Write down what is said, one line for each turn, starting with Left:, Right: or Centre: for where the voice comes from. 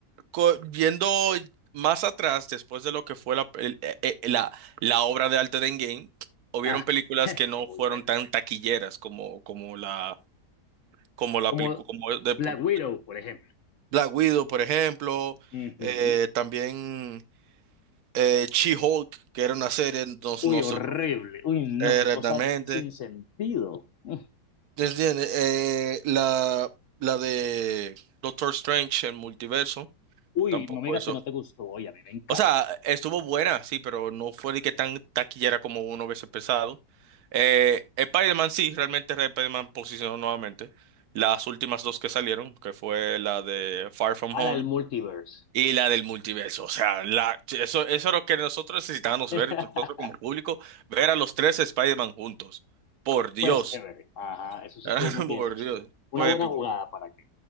Right: co- viendo más atrás, después de lo que fue la, el- eh, eh, la, la obra de arte de Endgame, hubieron
Left: ajá,
Right: películas
Left: <laughs>
Right: que no
Left: muy
Right: fueron
Left: buena.
Right: tan taquilleras como, como la, como la
Left: Como
Right: película, como Deadpool.
Left: Black Widow, por ejemplo.
Right: Black Widow, por ejemplo,
Left: Ujú.
Right: eh, también eh, She-Hulk, que era una serie, no,
Left: Uy,
Right: no
Left: horrible.
Right: sé no,
Left: Uy, no,
Right: exactamente.
Left: qué cosa sin sentido. Mm.
Right: ¿Te entiendes? Eh, la, la de Doctor Strange, el multiverso,
Left: Uy,
Right: tampoco
Left: no me digas
Right: hizo.
Left: que no te gustó. Oye, a mí me encanta.
Right: O sea, estuvo buena, sí, pero no fue de que tan taquillera como uno hubiese pensado. Eh, Spider-Man, sí, realmente Spider-Man posicionó nuevamente. Las últimas dos que salieron, que fue la de Far From Home
Left: A la del multiverse.
Right: Y la del multiverso, o sea, la, eso, eso es lo que nosotros necesitábamos
Left: <laughs>
Right: ver, nosotros como público, ver a los tres Spider-Man juntos. Por Dios,
Left: Pues chévere. Ajá, eso sí
Right: <laughs>
Left: estuvo muy bien
Right: por
Left: hecho.
Right: Dios,
Left: Una
Right: fue
Left: buena
Right: épico,
Left: jugada para qué.